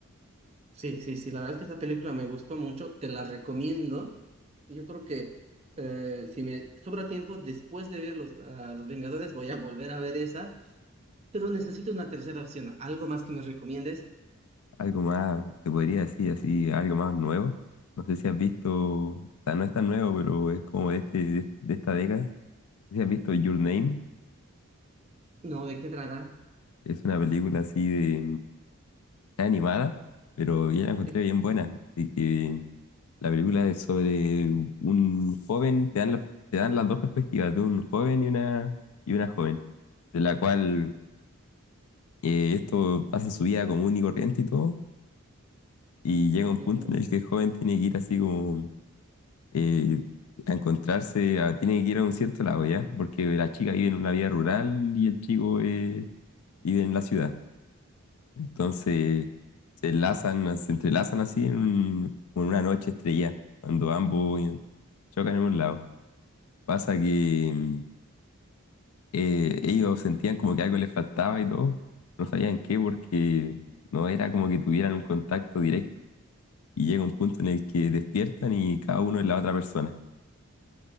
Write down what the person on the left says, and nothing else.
Algo más, te podría decir así, algo más nuevo. No sé si has visto, o sea, no es tan nuevo, pero es como de, este, de, de esta década. No sé si has visto Your Name.
Es una película así de, era animada, pero yo la encontré
bien buena. Así que la película es sobre un joven, te dan, la- te dan las dos perspectivas, de un joven y una, y una joven, de la cual eh, esto pasa en su vida común y corriente y todo, y llega un
punto en el que el joven tiene que ir así como eh, a encontrarse, a- tiene que ir a un cierto lado, ¿ya? Porque la chica vive en una vida rural y el chico eh, vive en la ciudad. Entonces se enlazan, se entrelazan así en, un- en una noche estrellada, cuando ambos eh, chocan en un lado. Pasa que mm, eh, ellos sentían como que algo les faltaba y todo, no sabían qué porque no era como que tuvieran un contacto directo. Y llega un punto en el que despiertan y cada uno es la otra persona.